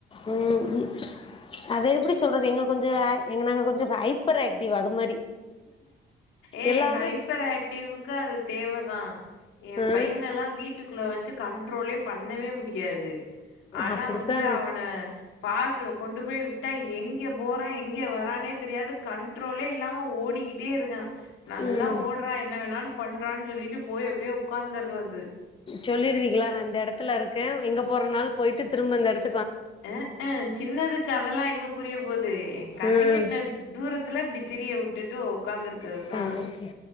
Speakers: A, on the left; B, on the left.
A: ம் அது எப்டி சொல்றது எங்க கொஞ்ச எங்க நாங்க கொஞ்ச ஹைப்பர் ஆக்டிவ் அது மாரி
B: ஏ
A: எல்லாமே
B: ஹைப்பர் ஆக்டிவ்க்கு அது தேவைதா ஏ
A: ஆ
B: பையன் எல்லாம் வீட்டுக்குள்ள வச் சு கண்ட்ரோல்லே பண்ணவே மு முடியாது ஆனா
A: அப்டித்தா
B: வந்து அவனை பார்க்ல கொண்டு போய் உட்டா எங்க போறான் எங்க வரானே தெரியாது கண்ட்ரோலே நாம ஓ டி கிட்டே இருக்கான் நல்லா
A: ம்
B: ஓடுறான் என்ன வேணாலு பண்றான்னு சொல்லிட்டு போய் அப்டியே ஒக்காந்துறது <inaudible>
A: சொல்லிருவீங்களா நா இந்த எடத்துல இருக்கேன் எங்க போற நாளு போயிட்டு திரும்ப அந்த எடத்
B: அ ஆ சின்னதுக்கு அதெல்லா எங்க புரிய போது ஏ கண்ணு
A: ம்
B: எட்ன தூரத்துல இப்டி திரிய உட்டுட்டு ஒக் உக்காந்து இருக்கிறது
A: உக்காந்துருக்கு
B: தான்